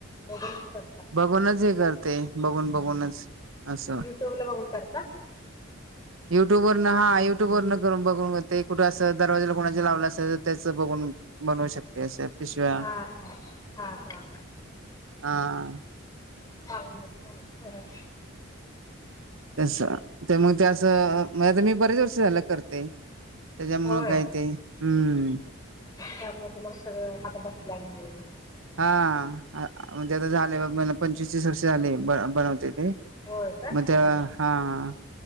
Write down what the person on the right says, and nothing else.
बघूनच हे करते, बघून बघूनच असं
युट्युबवरनं हा युट्यूबवरनं करून बघून करते, कुठं असं दरवाजाला कोणा लावलं असेल तर त्याच बघून बनवू शकते, असे पिशव्या
हा
तस तर मग ते
असं, मग आता मी बरेच वर्ष झालं करते. त्याच्यामुळं
काय ते, हम्म
हा, आ म्हणजे आता झाले, मला पंचवीस तीस वर्ष झाले ब बनवते मी
मग त्या हा